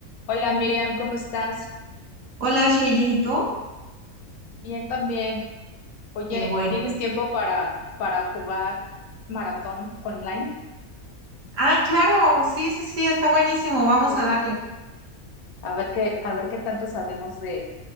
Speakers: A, on the left (about 80°); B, on the right (about 65°).
A: Hola Miriam, ¿cómo estás?
B: Hola, Shay, ¿bien y tú?
A: Bien también. Oye,
B: Qué bueno.
A: ¿tienes tiempo para, para jugar maratón online?
B: Ah, claro, sí, sí, sí, está buenísimo, vamos
A: Sí.
B: a darle.
A: A ver qué, a ver qué tanto sabemos de